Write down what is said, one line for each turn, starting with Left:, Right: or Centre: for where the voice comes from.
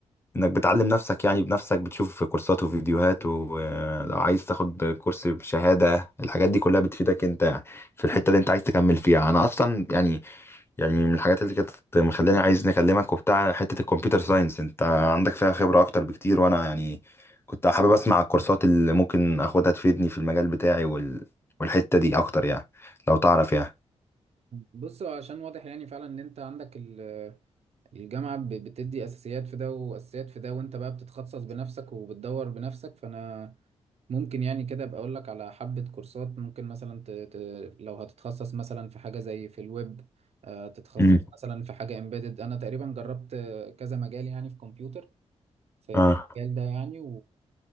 Left: انك بتعلم نفسك يعني بنفسك بتشوف كورسات وفيديوهات ولو عايز تاخد كورس بشهادة الحاجات دي كلها بتفيدك انت يعني في الحتة اللي انت عايز تكمل فيها انا اصلا يعني يعني من الحاجات اللي كانت مخلاني عايز نكلمك وبتاع حتة الكمبيوتر ساينس انت عندك فيها خبرة اكتر بكتير وانا يعني كنت حابب اسمع الكورسات اللي ممكن اخدها تفيدني في المجال بتاعي وال... والحتة دي اكتر يعني لو تعرف يعني
Right: بص عشان واضح يعني فعلا ان انت عندك ال- الجامعة ب- بتدي اساسيات في ده واساسيات في ده وانت بقى بتتخصص بنفسك وبتدور بنفسك فانا ممكن يعني كده ابقى اقول لك على حبة كورسات ممكن مثلا ت... ت... لو هتتخصص مثلا في حاجة زي في الويب آه، تتخصص
Left: امم
Right: مثلا في حاجة امبيدد انا تقريبا جربت آه، كذا مجال يعني في كمبيوتر في,
Left: اه
Right: في المجال ده يعني